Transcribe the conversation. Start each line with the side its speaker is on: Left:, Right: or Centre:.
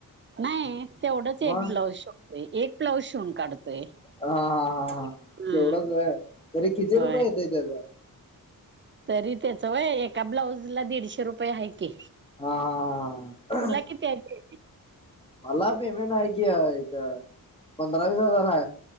Right: नाही तेवढंच
Left: मग
Right: एक ब्लाऊज शिवतोय एक ब्लाऊज शिवून काढतोय.
Left: हा हा हा हा ह
Right: हम्म
Left: तेवढंच आहे तरी किती रुपये
Right: होय
Left: येतय त्याचा
Right: तरी त्याचय एका ब्लाऊज ला दीडशे रुपये आहे की
Left: हा. हा.
Right: तुला किती आहे.
Left: मला पेमेंट आहे कि इथ पंधरा वस हजार आहे.